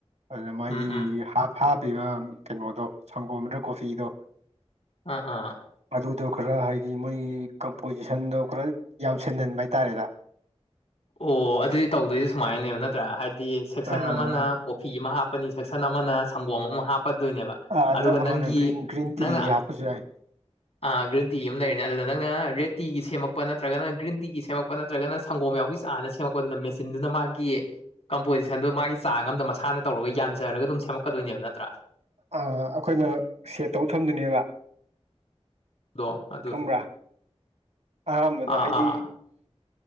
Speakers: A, on the right; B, on the left.
A: ꯑꯗꯨꯅ ꯃꯥꯒꯤ
B: ꯎꯝ ꯎꯝ
A: ꯍꯥ ꯍꯥꯞꯄꯤꯕ ꯀꯩꯅꯣꯗꯣ ꯁꯪꯒꯣꯝ ꯗ꯭ꯔ ꯀꯣꯐꯤꯗꯣ꯫
B: ꯑ ꯑꯥ꯫
A: ꯑꯗꯨꯗꯣ ꯈꯔ ꯍꯥꯏꯗꯤ ꯃꯣꯏꯒꯤ ꯀꯝꯄꯣꯖꯤꯁꯟꯗꯣ ꯈꯔ ꯌꯥꯝ ꯁꯦꯟꯍꯟꯕ ꯍꯥꯏꯇꯥꯔꯦꯗ꯫
B: ꯑꯣ ꯑꯗꯨꯗꯤ ꯇꯧꯗꯣꯏꯁ ꯁꯨꯃꯥꯏꯅꯅꯦꯕ ꯅꯠꯇ꯭ꯔꯥ ꯍꯥꯏꯗꯤ ꯁꯦꯛꯁꯟ
A: ꯑꯥ
B: ꯑꯃꯅ ꯀꯣꯐꯤ ꯑꯃ ꯍꯥꯞꯄꯅꯤ ꯁꯦꯛꯁꯟ ꯑꯃꯅ ꯁꯪꯒꯣꯝ ꯑꯃ ꯍꯥꯞꯄꯗꯣꯏꯅꯦꯕ꯫
A: ꯑ ꯑꯗ
B: ꯑꯗꯨꯒ
A: ꯑꯃꯅ
B: ꯅꯪꯒꯤ
A: ꯒ꯭ꯔꯤꯟ ꯒ꯭ꯔꯤꯟ ꯇꯤꯒꯤ
B: ꯅꯪꯅ
A: ꯍꯥꯞꯄꯁꯨ ꯌꯥꯏ꯫
B: <unintelligible> ꯑ ꯒ꯭ꯔꯤꯟ ꯇꯤ ꯑꯃ ꯂꯩꯔꯅꯤ ꯑꯗꯨꯗ ꯅꯪꯅꯥ ꯔꯦꯠ ꯇꯤꯒꯤ ꯁꯦꯝꯃꯛꯄ ꯅꯠꯇ꯭ꯔꯒ ꯒ꯭ꯔꯤꯟ ꯇꯤꯒꯤ ꯁꯦꯝꯃꯛꯄ ꯅꯠꯇ꯭ꯔꯒꯅ ꯁꯪꯒꯣꯝ ꯌꯥꯎꯕꯤ ꯁ ꯆꯥꯅ ꯁꯦꯝꯃꯛꯄꯗꯨꯗ ꯃꯦꯆꯤꯟꯗꯨꯅ ꯃꯥꯒꯤ ꯀꯝꯄꯣꯖꯤꯁꯟꯗꯨ ꯃꯥꯒꯤ ꯆꯥꯡ ꯑꯝꯗ ꯃꯁꯥꯅ ꯇꯧꯔꯒ ꯌꯥꯟꯖꯔꯒ ꯑꯗꯨꯝ ꯁꯦꯝꯃꯛꯀꯗꯣꯏꯅꯦꯕ ꯅꯠꯇ꯭ꯔꯥ꯫
A: ꯑ ꯑꯩꯈꯣꯏꯅ ꯁꯦꯠ ꯇꯧ ꯊꯝꯗꯨꯏꯅꯦꯕ꯫
B: ꯑꯗꯣ ꯑꯗꯨ
A: ꯈꯪꯕ꯭ꯔꯥ ꯑꯍꯥꯟꯕꯗ
B: ꯑꯥ
A: ꯍꯥꯏꯗꯤ
B: ꯑꯥ